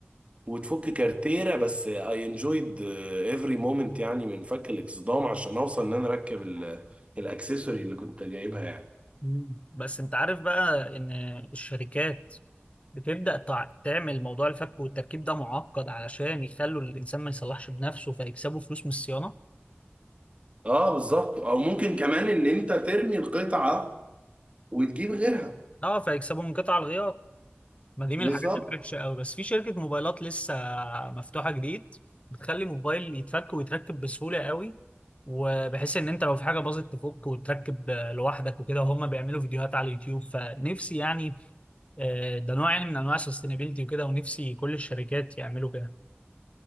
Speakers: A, on the right; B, on the left.
A: وتفك كارتيرة بس I enjoyed آه، every moment يعني من فك الاكسدام عشان اوصل ان انا اركب ال... الاكسسوري اللي كنت جايبها يعني
B: مم. بس انت عارف بقى ان الشركات بتبدأ تع- تعمل موضوع الفك والتركيب ده معقد علشان يخلوا الانسان ما يصلحش بنفسه فيكسبوا فلوس من الصيانة
A: اه بالظبط او ممكن كمان ان انت ترمي القطعة وتجيب غيرها
B: اه فيكسبوا من قطع الغيار ما دي
A: بالظبط
B: من الحاجات اللي وحشة قوي بس في شركة موبايلات لسه مفتوحة جديد بتخلي موبايل يتفك ويتركب بسهولة قوي وبحيث ان انت لو في حاجة باظت تفك وتركب لوحدك وكده وهم بيعملوا فيديوهات على اليوتيوب فنفسي يعني آه، ده نوع يعني من انواع السستينابيلتي وكده ونفسي كل الشركات يعملوا كده